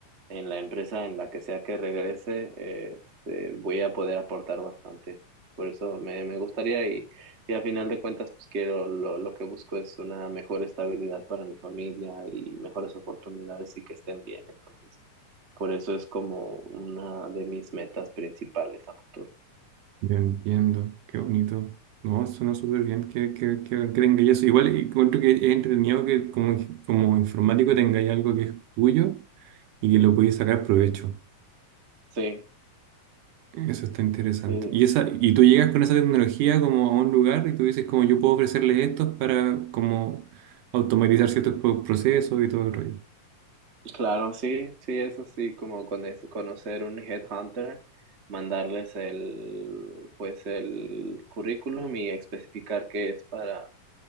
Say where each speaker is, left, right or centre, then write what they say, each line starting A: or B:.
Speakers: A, on the right (about 30°); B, on the right (about 75°).
A: en la empresa en la que sea que regrese, eh, este, voy a poder aportar bastante. Por eso me, me gustaría y, y a final de cuentas, pues quiero, lo, lo que busco es una mejor estabilidad para mi familia y mejores oportunidades y que estén bien. Entonces, por eso es como una de mis metas principales a futuro.
B: Yo entiendo, qué bonito. No, suena súper bien que, que, que, que tengáis eso. Igual y encuentro que es entretenido que como, como informático tengáis algo que es tuyo y que lo podéis sacar provecho.
A: Sí,
B: Eso está interesante.
A: sí,
B: Y esa, y tú llegas con esa tecnología como a un lugar y tú dices como yo puedo ofrecerles esto para como automatizar ciertos pro- procesos y todo el rollo.
A: Claro, sí, sí, eso sí, como con es- conocer un headhunter, mandarles el, pues el currículum y especificar que es para,